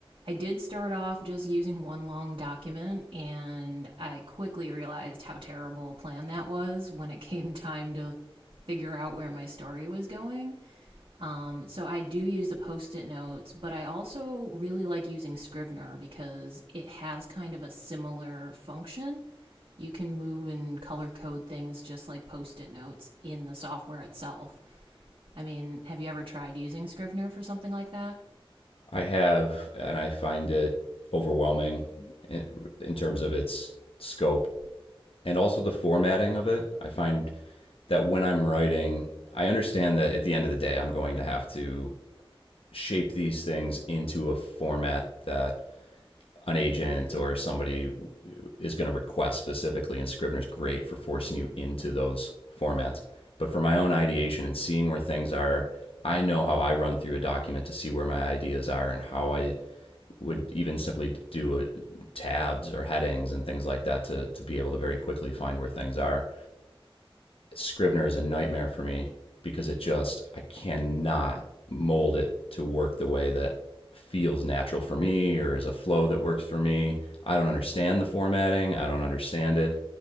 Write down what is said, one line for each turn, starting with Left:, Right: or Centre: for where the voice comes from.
Right: I did start off just using one long document, and I quickly realized how terrible a plan that was when it <laughs> came time to figure out where my story was going. Um, so I do use the post it notes, but I also really like using Scrivener because it has kind of a similar function. You can move and color code things just like post it notes in the software itself. I mean, have you ever tried using Scrivener for something like that?
Left: i have and i find it overwhelming in, in terms of its scope and also the formatting of it i find that when i'm writing i understand that at the end of the day i'm going to have to shape these things into a format that an agent or somebody is going to request specifically, and Scrivener's great for forcing you into those formats. But for my own ideation and seeing where things are, I know how I run through a document to see where my ideas are and how I would even simply do uh, tabs or headings and things like that to, to be able to very quickly find where things are. Scrivener is a nightmare for me because it just I cannot mold it to work the way that feels natural for me or is a flow that works for me. I don't understand the formatting. I don't understand it